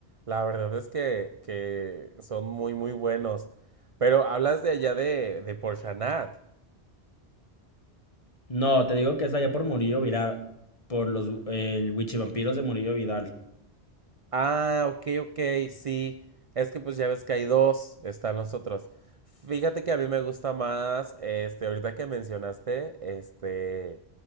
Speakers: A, on the right (about 45°); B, on the left (about 30°).
A: La verdad es que, que son muy, muy buenos. Pero hablas de allá de, de Porchanat.
B: No, te digo que es allá por Murillo Vidal, por los eh, Wichivampiros de Murillo Vidal.
A: Ah, ok, ok, sí. Es que pues ya ves que hay dos, están los otros. Fíjate que a mí me gusta más, este, ahorita que mencionaste, este,